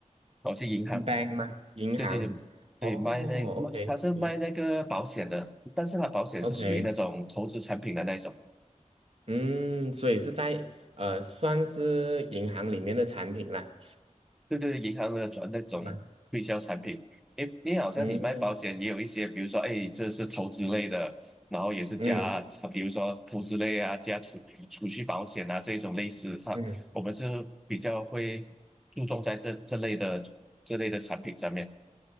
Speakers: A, in the centre; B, on the right (about 50°).
A: 我去银行。
B: b a n k 吗？银行？
A: 对对对对，
B: 哦
A: 卖那卖他是卖那个保险的，
B: ，OK OK
A: 但是他保险是属于那种投资产品的那一种，
B: OK，嗯，所以是在呃，算是银行里面的产品啦，
A: 对对，银行的转那种推销产品。
B: 是吗？
A: 诶，你好像你卖保险也有一些，
B: 嗯
A: 比如说，诶，这是投资类的，然后也是加，
B: 嗯
A: 比如说投资类啊，加储储蓄保险啊这一种类似，它我们是比较会注重在这这类的这类的产品上面。
B: 嗯